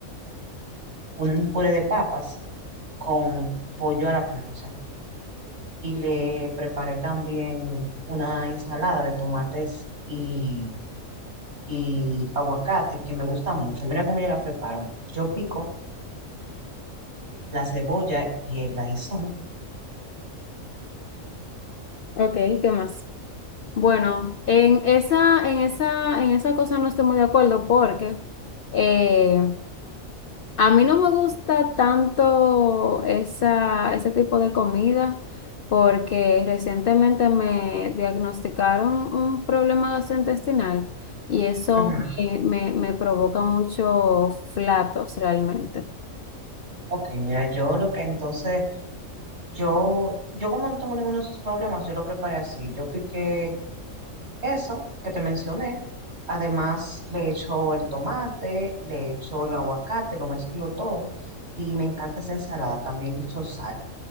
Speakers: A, on the right (about 50°); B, on the left (about 60°).
A: un puré de papas con pollo a la plancha. y le preparé también una ensalada de tomates y, y aguacate que me gusta mucho. Mira cómo yo la preparo. Yo pico la cebolla y el ajísol.
B: Ok, ¿qué más? Bueno, en esa, en esa, en esa cosa no estoy muy de acuerdo porque eh, A mí no me gusta tanto esa, ese tipo de comida porque recientemente me diagnosticaron un problema gastrointestinal y eso
A: Ujú.
B: me, me, me provoca muchos flatos realmente.
A: Ok, mira, yo lo que entonces, yo, yo como no tengo ninguno de esos problemas, yo lo preparé así. Yo piqué eso que te mencioné. Además, le echo el tomate, le echo el aguacate, lo mezclo todo. Y me encanta esa ensalada. También le echo sal.